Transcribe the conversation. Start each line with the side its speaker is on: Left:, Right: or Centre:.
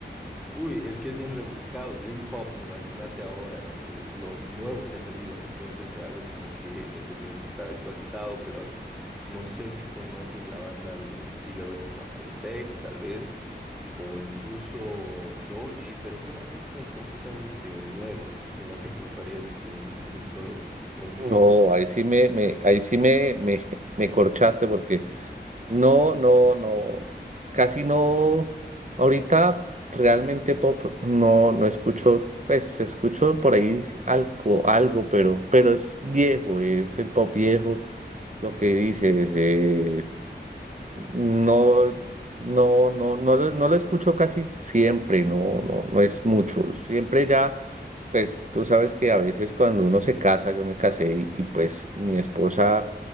Centre: Uy, es que es bien rebuscado. Dream Pop, imagínate ahora, es lo nuevo que ha salido. Entonces, algo como que siempre tienes que estar actualizado, pero ac- no sé si conoces la banda de Cigarettes After Sex, tal vez. o incluso Joji, pero son artistas completamente nuevos, así que no te culparía si es que n- no los, no los
Right: No,
Centre: ubicas.
Right: ahí sí me, me, ahí sí me, me, me corchaste porque No, no, no, casi no. Ahorita realmente pop no, no escucho, pues escucho por ahí algo, algo, pero, pero es viejo, es el pop viejo, lo que dices, eh, no, no, no, no lo, no lo escucho casi siempre, no, no, no es mucho. Siempre ya, pues tú sabes que a veces cuando uno se casa, yo me casé y, y, pues mi esposa